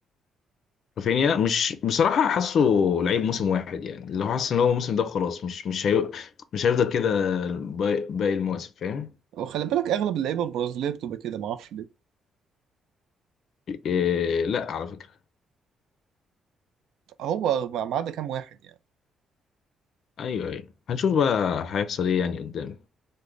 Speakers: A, on the left (about 60°); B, on the right (about 80°).
A: رافينيا مش بصراحه حاسه لعيب موسم واحد يعني لو حاسس ان هو الموسم ده خلاص مش مش هي... مش هيفضل كده باقي باقي المواسم فاهم
B: وخلي بالك اغلب اللعيبة البرازيلية بتبقى كده معرفش ليه
A: إيه لا على فكرة
B: هو ما ما عدا كام واحد يعني
A: ايوه ايوه هنشوف بقى هيحصل ايه يعني قدام